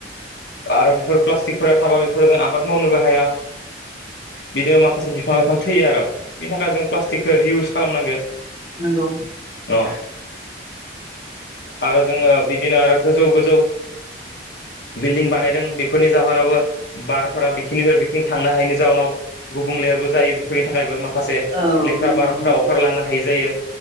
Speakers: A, on the left; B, on the right.
A: आरो बेफोर प्लास्टिकफोरा थाबा बेफोराव जों आबाद मावनोबो हाया बिदि माखासे बिफां लाइफां थैयो आरो बिनि थाखाय जों प्लास्टिकखौ इउस खालामनांगौ
B: नंगौ
A: अ आरो जोंङो बिदिनो आरो गोजौ गोजौ बिल्डिं बानायदों बेफोरनि जाहोनावबो बारफोरा बिथिंनिफ्राय बिथिं थांनो हायैनि जाउोनाव गुबुंलेबो जायो बेफोरनि थाखायबो माखासे
B: औ
A: लेथ्रा
B: नंगौ
A: बारफोरा अखारलांनो हा थायो जायो